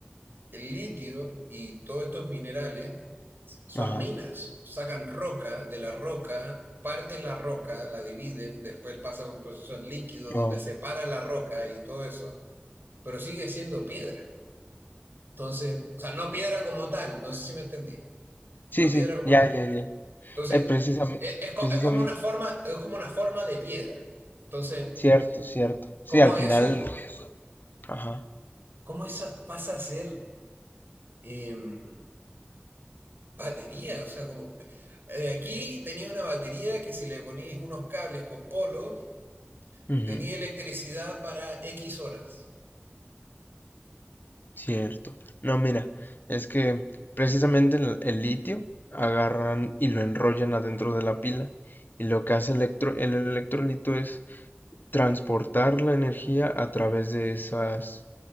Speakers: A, on the right; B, on the left.
A: el litio y todos estos minerales son
B: Ajá.
A: minas. Sacan roca de la roca, parten la roca, la dividen, después pasa por un proceso en líquido
B: no.
A: donde separa la roca y todo eso, pero sigue siendo piedra. Entonces, o sea, no piedra como tal, no sé si me entendí.
B: Sí,
A: no
B: sí,
A: piedra como
B: ya,
A: tal.
B: ya, ya.
A: Entonces,
B: precisamente,
A: es, es co-
B: precisamente,
A: es como una forma, es como una forma de piedra. Entonces,
B: cierto, cierto.
A: ¿cómo
B: Sí, al final,
A: eso,
B: ajá,
A: cómo esa pasa a ser em, batería? O sea, como eh, aquí tenía una batería que si le ponís unos cables con polo,
B: ujú,
A: tenía electricidad para X horas.
B: cierto. No, mira, es que precisamente el, el litio agarran y lo enrollan adentro de la pila y lo que hace electro, el electrolito es transportar la energía a través de esas